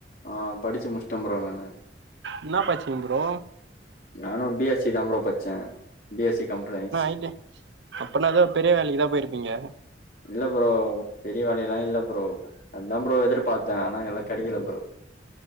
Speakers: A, on the left; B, on the right.
A: ஆ படிச்சு முஷ்ட ப்ரோ நானு
B: என்னா பச்சிங் ப்ரோ
A: நானும் பி எஸ் சி தா ப்ரோ பச்சன் B S C computer science
B: okay அப்பனா எதனா பெரிய வேலைக்குதா போயிருப்பீங்க
A: இல்ல ப்ரோ பெரிய வேலயெல்லா இல்ல ப்ரோ அதுதா ப்ரோ எதிர்பார்த்தே ஆனா எல்லா கெடைக்கல ப்ரோ